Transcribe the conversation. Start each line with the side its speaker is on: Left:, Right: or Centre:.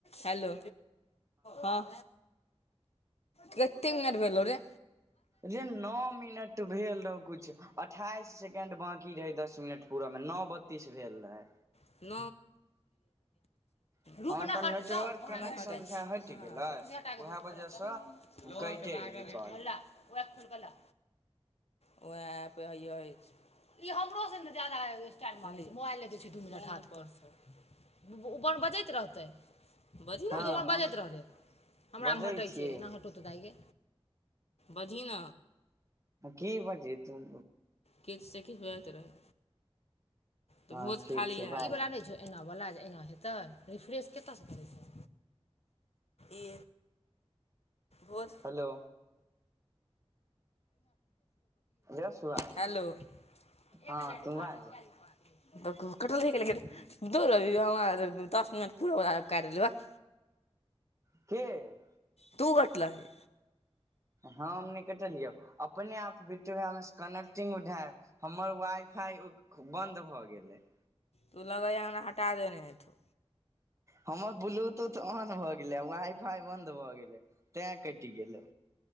Left: Hello हँ तीन minute भेलौ रे
Right: जे न मिनट भेल रहौ कुछ अठाइस सेकेंड बाँकी रहे दस मिनट पूर मे नओ बत्तीस भेल रहै
Left: <unintelligible>
Right: अहाँके
Left: रुक न कटतौ
Right: नेटवर्क
Left: <unintelligible>
Right: कनेक्शन बुझाय हटि गेलै उएह वजहसँ
Left: लोक
Right: कटे
Left: लागल
Right: गेलै
Left: हय
Right: कॉल
Left: त की ला <unintelligible> खोइल क ला उएह ऐप हए अछि ई हमरो से ने जादा स्टाइल मारइ छइ मोबाइल नै दय छय दू मिनट हाथ पर से उ बन बजैत रहतै बजही न
Right: हँ
Left: गे तू अपन
Right: हम
Left: बजैत रह रय हमरामे
Right: बजै
Left: हटै
Right: छियै
Left: छै एना हट दाय गे बजही न
Right: की बजयै तू
Left: किछ से किछ बजैत रहे तऽ
Right: हँ
Left: भोज
Right: ठीक
Left: खालीहै
Right: छै बाज
Left: ई बला नै छै एनावला जे एना हेतै रिफ्रेश कतऽसँ करै छ ई भोज
Right: हेलो जसुआ
Left: हेलो <unintelligible>
Right: हँ तू बाज
Left: <unintelligible>
Right: के
Left: तू कटलहि
Right: हम नइ कटलियौ अपने आप बिटुहे मे स कने्टिंग उधार हमर वाई फाई बंद भ गेलए
Left: तू लगैया हमरा हटा देने हेथुन
Right: हमर ब्लूटूथ ऑन भऽ गेलै वाइ फाई बंद भ गेलए तें कटि गेलए